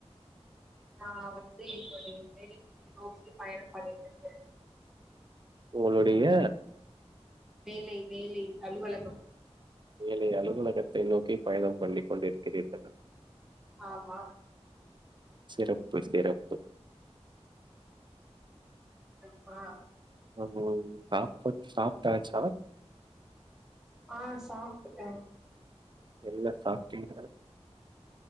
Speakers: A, in the centre; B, on the right.
A: நா வந்து என்னோடிய மேடனி நோக்கி பயணம் பண்ணிட்ருக்கே
B: உங்களுடிய
A: வேலை வேலை அலுவலகம்
B: ஏலை அலுவலகத்தை நோக்கி பயணம் பண்ணி கொண்டு இர்க்கிறீர்களா
A: ஆமா
B: சிறப்பு சிறப்பு
A: றப்பா
B: ஆமோவ் சாப்பட் சாப்ட்டாச்சா
A: ஆ சாப்ட்டுட்ட
B: என்ன சாப்ட்டீங்க